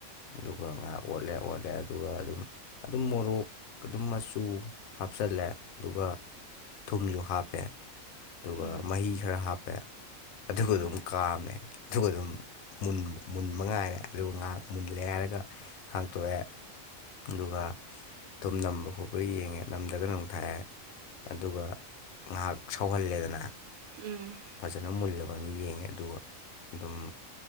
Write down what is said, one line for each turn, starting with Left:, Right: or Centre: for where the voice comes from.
Left: ꯑꯗꯨꯒ ꯉꯥꯏꯍꯥꯛ ꯑꯣꯜꯂꯦ ꯑꯣꯠꯂꯦ ꯑꯗꯨꯒ ꯑꯗꯨꯝ ꯑꯗꯨꯝ ꯃꯣꯔꯣꯛ ꯑꯗꯨꯝ ꯃꯆꯨ ꯍꯥꯞꯆꯜꯂꯦ ꯑꯗꯨꯒ ꯊꯨꯝꯖꯨ ꯍꯥꯞꯄꯦ ꯑꯗꯨꯒ
Right: ꯎꯝ
Left: ꯃꯍꯤ ꯈꯔ ꯍꯥꯞꯄꯦ ꯑꯗꯨꯒ ꯑꯗꯨꯝ
Right: ꯎꯝ
Left: ꯀꯥꯝꯃꯦ ꯑꯗꯨꯒ ꯑꯗꯨꯝ ꯃꯨꯟ ꯃꯨꯟꯕ ꯉꯥꯏꯔꯦ ꯑꯗꯨꯒ ꯉꯥꯏꯍꯥꯛ ꯃꯨꯜꯂꯦ ꯍꯥꯏꯔꯒ ꯍꯥꯡꯇꯣꯛꯑꯦ ꯑꯗꯨꯒ ꯊꯨꯝ ꯅꯝꯕ ꯈꯣꯠꯄꯔꯥ ꯌꯦꯡꯉꯦ ꯅꯝꯗ꯭ꯔꯒꯅ ꯑꯃꯨꯛ ꯊꯥꯛꯑꯦ ꯑꯗꯨꯒ ꯉꯍꯥꯛ ꯁꯧꯍꯜꯂꯦꯗꯅ
Right: ꯎꯝ
Left: ꯐꯖꯅ ꯃꯨꯜꯂꯕꯅ ꯌꯦꯡꯉꯦ ꯑꯗꯨꯒ ꯑꯗꯨꯝ